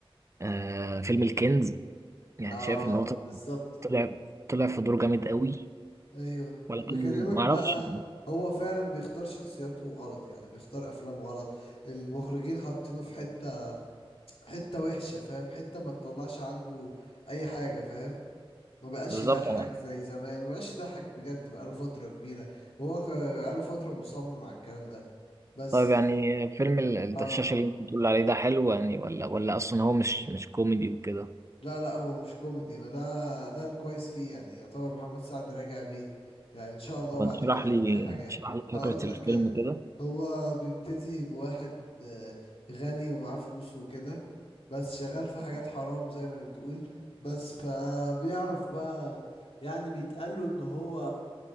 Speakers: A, on the right (about 30°); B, on the left (about 80°).
A: آه فيلم الكنز يعني
B: اه
A: شايف ان هو
B: بالظبط
A: طلع طلع في دور جامد قوي
B: ايوه
A: ولكن
B: بكلمك
A: ما
B: بقى
A: اعرفش
B: هو فعلا بيختار شخصياته غلط يعني بيختار افلام غلط المخرجين حاطينه في حتة حتة وحشة فاهم حتة ما تطلعش عنده أي حاجة فاهم ما بقاش
A: بالظبط
B: يضحك
A: انا
B: زي زمان ما بقاش يضحك بجد بقاله فترة كبيرة وهو غ- بقاله فترة مصمم على الكلام ده بس
A: طيب يعني فيلم ال- الدشاش
B: اه
A: اللي انت بتقول عليه ده حلو يعني ولا ولا اصلا هو مش مش كوميدي وكده
B: لا لا هو مش كوميدي ما ده ده الكويس فيه يعني يعتبر محمد سعد راجع بيه يعني ان شاء الله
A: ما
B: بعد
A: تشرح
B: كده
A: لي
B: تلاقي حاجات
A: اشرح لي فكرة
B: هقول
A: الفيلم
B: لك انا
A: كده
B: هو بيبتدي بواحد آه، غني ومعاه فلوس وكده بس شغال في حاجات حرام زي ما بتقول بس فبيعرف بقى يعني بيتقاله ان هو